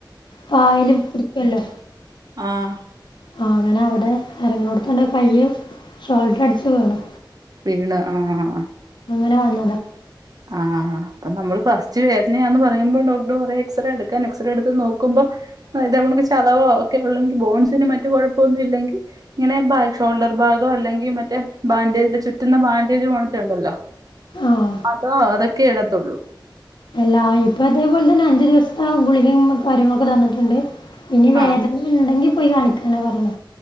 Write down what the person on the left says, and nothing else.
പായല് പി ടിക്കല്ലോ.
ആ അങ്ങനെ അവടെ എറങ്ങണോ ടുത്ത്ൻ്റെ കയ്യ് ഷോൾഡറടിച്ച് വീണു.
അങ്ങനെ വന്നതാ.
ആഹ്
അല്ലാ ഇപ്പ അതേപോലെ തന്നെ അഞ്ചു ദിവസത്തെ ഗുളികിം കാര്യങ്ങളൊക്കെ തന്നിട്ട്ണ്ട് ഇനി വേദ.
നി ഇണ്ടെങ്കി പോയി കാണിക്കാനാ പറഞ്.